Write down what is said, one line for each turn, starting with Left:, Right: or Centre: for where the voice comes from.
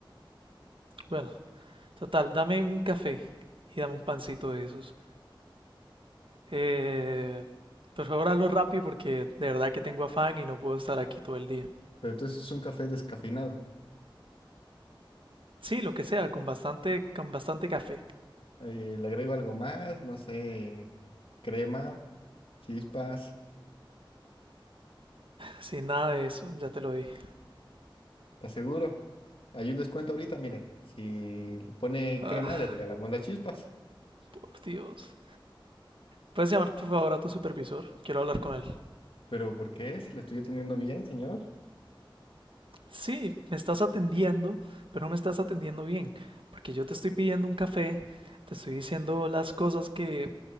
Right: Bueno, total, dame un café y dame un pancito de esos. Eh, por favor, hazlo rápido porque de verdad que tengo afán y no puedo estar aquí todo el día.
Left: Pero entonces es un café descafeinado.
Right: Sí, lo que sea, con bastante, con bastante café.
Left: Eh, le agrego algo más, no sé, crema, chispas,
Right: Sin nada de eso, ya te lo dije.
Left: te aseguro. Hay un descuento ahorita, mire, si le pone
Right: Ah,
Left: crema le regalamos las chispas.
Right: Por Dios. ¿Puedes llamar por favor a tu supervisor? Quiero hablar con él.
Left: Pero ¿por qué? Si le estoy atendiendo bien, señor.
Right: Sí, me estás atendiendo, pero no me estás atendiendo bien, porque yo te estoy pidiendo un café, te estoy diciendo las cosas que